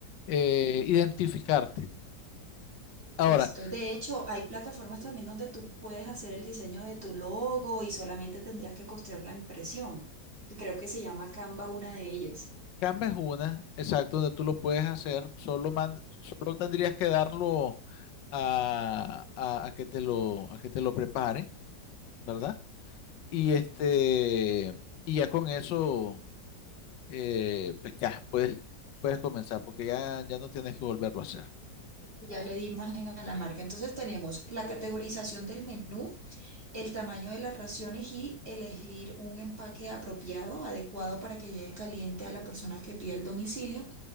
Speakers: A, on the left; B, on the right.
A: eh, identificarte. Ahora,
B: Listo. De hecho, hay plataformas también donde tú puedes hacer el diseño de tu logo y solamente tendrías que costear la impresión. Creo que se llama Canva, una de ellas.
A: Canva es una, exacto, donde tú lo puedes hacer, solo, man- solo tendrías que darlo a, a- a que te lo, a que te lo preparen, ¿verdad? Y este, y ya con eso, eh, pues ya puedes, puedes comenzar, porque ya, ya no tienes que volverlo a hacer.
B: Ya le di imagen a la marca. Entonces tenemos la categorización del menú, el tamaño de las raciones y elegir un empaque apropiado, adecuado para que llegue caliente a la persona que pide el domicilio.